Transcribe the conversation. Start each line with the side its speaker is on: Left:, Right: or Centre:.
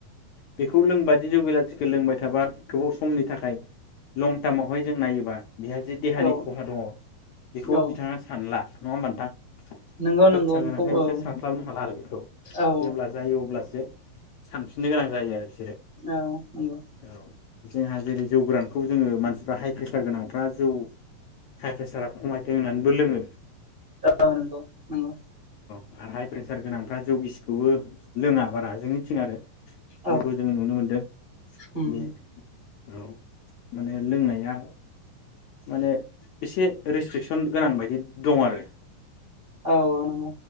Left: बेखौ लोंबाय बि जौ बिलाथिखौ लोंबाय थाबा गोबाव समनि थाखाय लं टार्मावहाय जों नायोबा बेहा जे देहानि
Right: औ
Left: खहा दङ बेखौ
Right: औ
Left: बिथाङा सानला। नङा होनबा नोंथां?
Right: नंगौ
Left: फैसा
Right: नंगौ
Left: गोनांखाय
Right: बेखौ
Left: बिसोर
Right: औ
Left: सानस्लाबनो हाला आरो बेखौ
Right: औ
Left: जेब्ला जायो अब्लासो सानफिननो गोनां जायो आरो बिसोरो
Right: औ नंगौ।
Left: औ जोंहा जेरै जौ गोरानखौ जोंङो मानसिफ्रा हाय प्रेसार गोनांफ्रा जौ हाय प्रेसारा खमाय लोंनानैबो लोंङो
Right: औ नोंगौ नोंगौ।
Left: हाय प्रेसार गोनांफ्रा जौगिसिखौबो लोङा बारा जोंनिथिं आरो
Right: औ
Left: जिखौ जोंङो नुनो मोनदों
Right: उम
Left: बे औ। माने लोंनाया माने एसे रेस्ट्रिकसन गोनां बायदि दं आरो।
Right: औ नंग